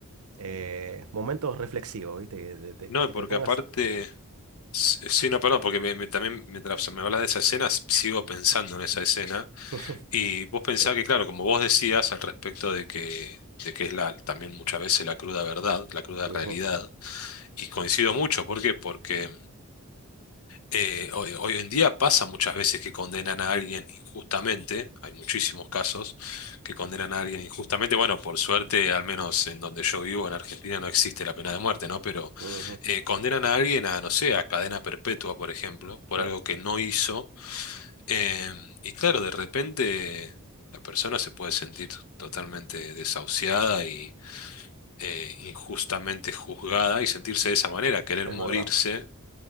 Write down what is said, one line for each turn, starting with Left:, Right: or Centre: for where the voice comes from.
Right: eh, momentos reflexivos, ¿viste? Que, te te-
Left: No,
Right: que
Left: y porque
Right: te pongas
Left: aparte,
Right: a...
Left: s- sí, no, perdón, porque me- me- también mientras me hablas de esa escena, s- sigo pensando en esa escena.
Right: <laughs>
Left: Y vos pensás
Right: Sí,
Left: que, claro, como vos decías al respecto de que, de que es la, también muchas veces la cruda verdad, la cruda
Right: Ujú,
Left: realidad, Y coincido mucho, ¿por qué? Porque eh, hoy, hoy en día pasa muchas veces que condenan a alguien injustamente, hay muchísimos casos que condenan a alguien injustamente, bueno, por suerte, al menos en donde yo vivo, en Argentina, no existe la pena de muerte, ¿no? Pero
Right: ujú.
Left: eh, condenan a alguien a, no sé, a cadena perpetua, por ejemplo, por
Right: sí,
Left: algo que no hizo, eh, y claro, de repente la persona se puede sentir totalmente desahuciada y eh, injustamente juzgada y sentirse de esa manera, querer
Right: es
Left: morirse
Right: verdad.